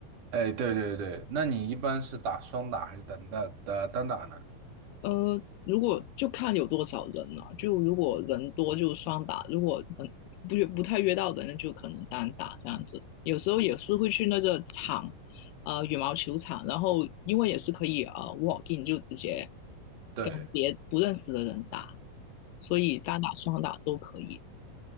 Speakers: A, on the right; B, on the left.
A: 哎，对对对，那你一般是打双打还是单打打单打呢？
B: 呃，如果就看有多少人了、就如果人多就双打，如果人不约不太约到人，那就可能单打这样子。有时候也是会去那个场，呃，羽毛球场，然后因为也是可以呃 walk in，就直接
A: 对。
B: 跟别不认识的人打，所以单打双打都可以。